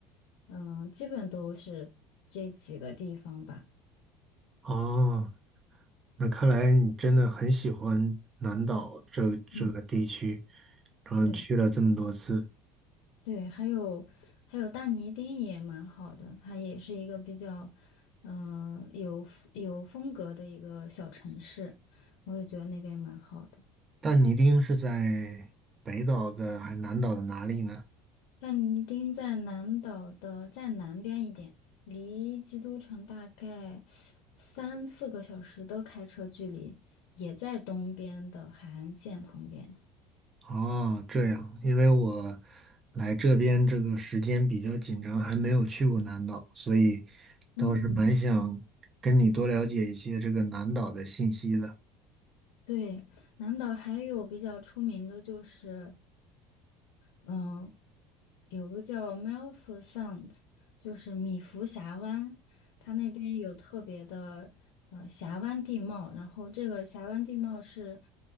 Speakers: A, on the left (about 80°); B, on the right (about 25°).
A: 嗯、基本都是这几个地方吧。
B: 哦，那看来你真的很喜欢南岛这这个地区，
A: 嗯，
B: 然后你去了这么多次，
A: 对对，还有还有但尼丁也蛮好的，它也是一个比较，呃，有有风格的一个小城市，我也觉得那边蛮好的。
B: 但你一定是在北岛的还南岛的哪里呢？
A: 那尼丁在南岛的再南边一点，离基督城大概三四个小时的开车距离，也在东边的海岸线旁边。
B: 哦，这样，因为我来这边这个时间比较紧张，还没有去过南岛，所以倒是蛮想跟你多了解一些这个南岛的信息的。
A: 嗯对，南岛还有比较出名的就是嗯，有个叫 Milford Sound，就是米福峡湾，它那边有特别的呃峡湾地貌，然后这个峡湾地貌是